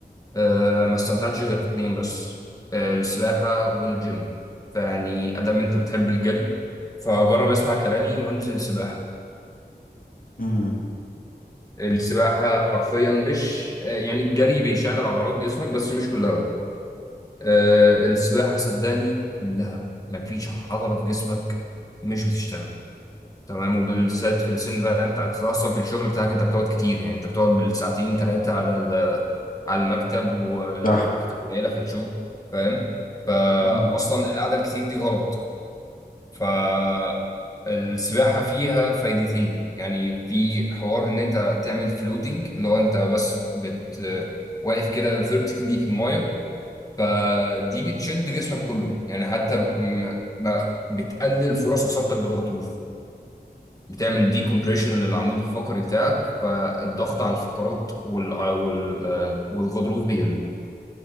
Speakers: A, on the left; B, on the left.
A: آه، ما استمتعتش غير في اتنين بس آه، السباحه والجيم فيعني ادام انت بتحب الجري فجرب اسمع كلامي وانزل سباحه
B: امم
A: السباحه حرفيا مش آه، يعني الجري بيشغل عضلات جسمك بس مش كلها آه، السباحة صدقني كلها مفيش عضلة في جسمك مش بتشتغل تمام وبالذات في السن ده انت أنت اصلا في الشغل بتاعك انت بتقعد كتير يعني انت بتقعد بالساعتين ثلاثة على ال- على المكتب وحركتك
B: صح
A: قليلة في الشغل فاهم فاصلا
B: مم.
A: القعدة الكتير دي غلط فالسباحة فيها فايدتين يعني في حوار ان انت تعمل فلوتنج اللي هو انت بس بت واقف كده فيرتيكلي في المايه فدي بتشد جسمك كله يعني حتى م- ما بتقلل فرص اصابتك بالغضروف بتعمل دي كومبريشن للعمود الفقري بتاعك فالضغط على الفقرات وال... وال... والغضروف بيقل